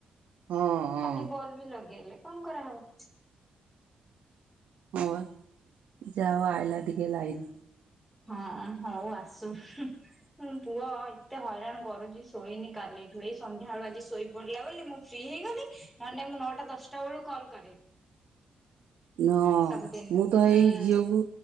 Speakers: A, on the right (about 80°); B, in the centre.
A: ହଁ ହଁ
B: ଖାଲି ବଲ୍ ବି ଲଗେଇଲେ କଣ କରାହବ।
A: ଓର୍ ଯାଉ ଆଇଲା ଟିକେ ଲାଇନ୍।
B: ହଁ ହଉ ଆସୁ ହୁଁ ମୁଁ ପୁଅ ଏତେ ହଇରାଣ କରୁଛି ଶୋଇନି କାଲି ଇଠୁ ଏଇ ସନ୍ଧ୍ୟା ବୂଳୁ ଆଜି ଶୋଇ ପଡି଼ଲା ବୋଲି ମୁଁ ଫ୍ରି ହେଇଗଲି ନହେଲେ ମୁଁ ନଅଟା ଦଶଟା ବେଳୁ କଲ୍ କରେ।
A: ନହଁ
B: ସବୁଦିନ
A: ମୁଁ ତ
B: ହୁଁ।
A: ଏଇ ଝିଅକୁ